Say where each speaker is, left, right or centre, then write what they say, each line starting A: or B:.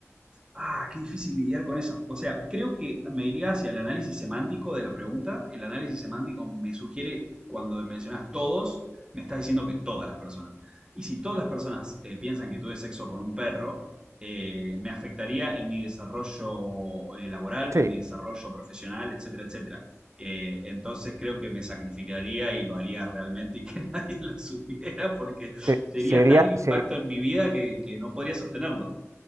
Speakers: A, on the right; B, on the right.
A: Ah, qué difícil lidiar con eso. O sea, creo que me iría hacia el análisis semántico de la pregunta. El análisis semántico me sugiere, cuando mencionas todos, me estás diciendo que todas las personas. Y si todas las personas eh, piensan que tuve sexo con un perro, eh, me afectaría en mi desarrollo eh, laboral,
B: Sí,
A: en mi desarrollo profesional, etcétera, etcétera. Eh, entonces creo que me sacrificaría y lo haría realmente y que <laughs> nadie lo supiera porque
B: sí,
A: sería
B: sería,
A: tal el impacto
B: se-
A: en mi vida que, que no podría sostenerlo.